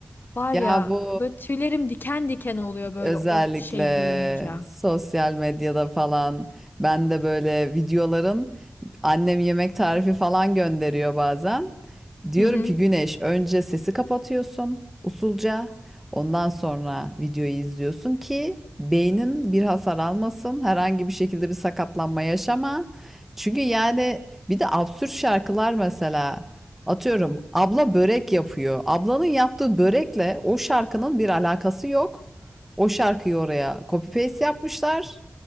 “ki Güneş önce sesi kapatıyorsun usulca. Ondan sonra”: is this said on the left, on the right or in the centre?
Centre